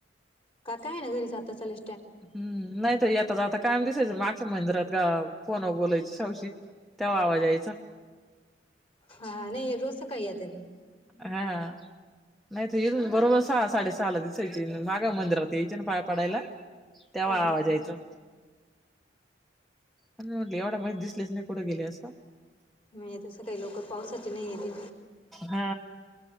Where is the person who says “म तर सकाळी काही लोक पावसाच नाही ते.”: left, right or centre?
Left